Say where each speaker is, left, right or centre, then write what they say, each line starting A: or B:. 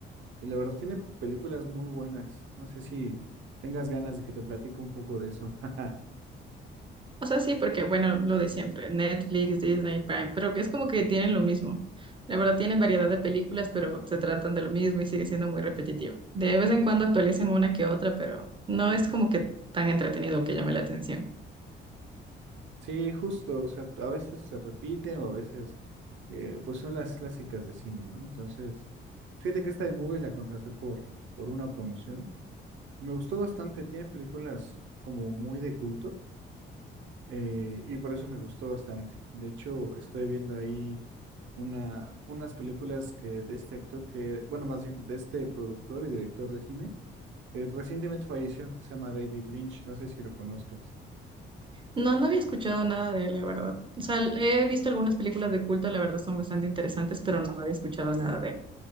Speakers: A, on the right; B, on the right.
A: y la verdad tiene películas muy buenas. No sé si tengas ganas de que te platique un poco de eso. <laughs>
B: O sea, sí, porque bueno, lo de siempre, Netflix, Disney, Prime, pero que es como que tienen lo mismo. La verdad tienen variedad de películas, pero se tratan de lo mismo y sigue siendo muy repetitivo. De vez en cuando actualizan una que otra, pero no es como que tan entretenido que llame la atención.
A: Sí, justo, o sea, a veces se repiten o a veces eh, pues son las clásicas de cine, ¿no? Entonces, fíjate que esta de Movie la contraté por, por una promoción. Me gustó bastante, tiene películas como muy de culto eh, y por eso me gustó bastante. De hecho, estoy viendo ahí una, unas películas que de este actor que, bueno, más bien de este productor y director de cine, eh, recientemente falleció, se llama David Lynch, no sé si lo conozcas.
B: No, no había escuchado nada de él, la verdad. O sea, he visto algunas películas de culto, la verdad son bastante interesantes, pero no había escuchado nada de él.